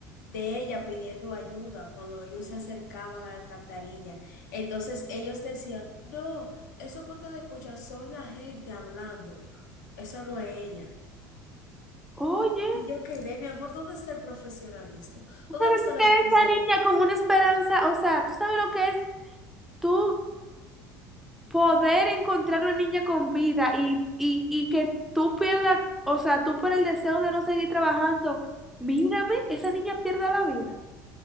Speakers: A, on the left; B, in the centre.
A: de ella pidiendo ayuda cuando ellos se acercaban a la alcantarilla. Entonces ellos decían, no, eso que ustedes escuchan son la gente hablando, eso no es ella.
B: Oye.
A: Y yo quedé, mi amor, ¿dónde está el profesionalismo? ¿Dónde
B: ¿Sabes
A: está
B: lo
A: la
B: que
A: sinceridad?
B: es la niña con una esperanza? O sea, ¿tú sabes lo que es tú poder encontrar una niña con vida y, y, y que tú pierdas, o sea, tú por el deseo de no seguir trabajando, mírame, esa niña pierda la vida.